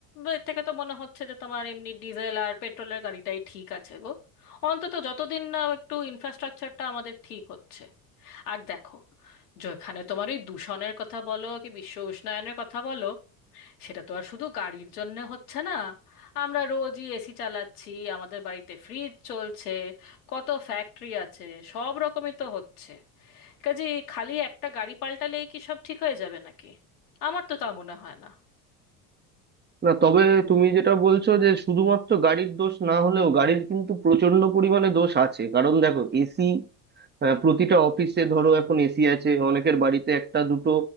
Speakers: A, on the left; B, on the right.
A: এর থেকে তো মনে হচ্ছে যে তোমার এমনি ডিজেল আর পেট্রোলের গাড়িটাই ঠিক আছে গো অন্তত যতদিন না একটু ইনফ্রাস্ট্রাকচারটা আমাদের ঠিক হচ্ছে আর দেখো যেখানে তোমার ওই দূষণের কথা বলো কি বিশ্ব উষ্ণায়নের কথা বলো সেটা তো আর শুধু গাড়ির জন্য হচ্ছে না আমরা রোজই এসি চালাচ্ছি আমাদের বাড়িতে ফ্রিজ চলছে কত ফ্যাক্টরি আছে সব রকমই তো হচ্ছে কাজে খালি একটা গাড়ি পাল্টালেই কি সব ঠিক হয়ে যাবে নাকি আমার তো তা মনে হয় না
B: না তবে তুমি যেটা বলছো যে শুধুমাত্র গাড়ির দোষ না হলেও গাড়ির কিন্তু প্রচন্ড পরিমাণে দোষ আছে কারণ দেখো এসি আহ, প্রতিটা অফিসে ধরো এখন এসি আছে অনেকের বাড়িতে একটা দুটো